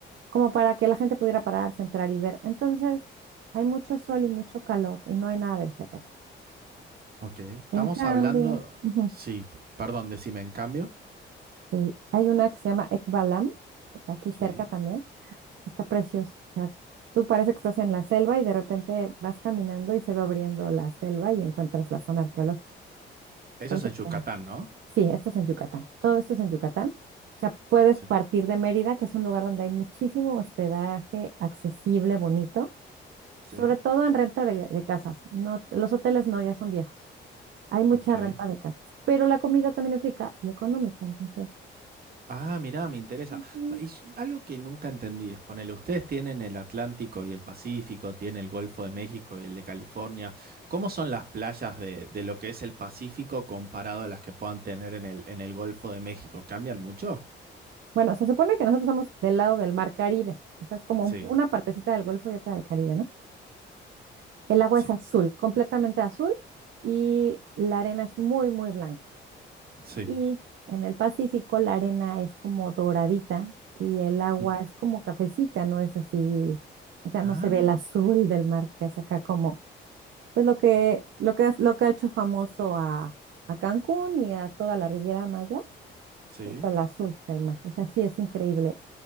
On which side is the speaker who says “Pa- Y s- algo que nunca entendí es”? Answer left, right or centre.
Right